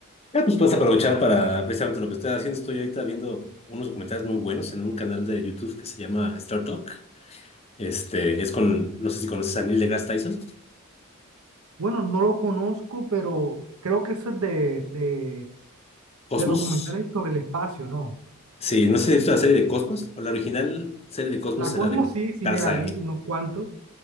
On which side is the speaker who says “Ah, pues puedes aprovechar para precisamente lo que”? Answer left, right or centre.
Left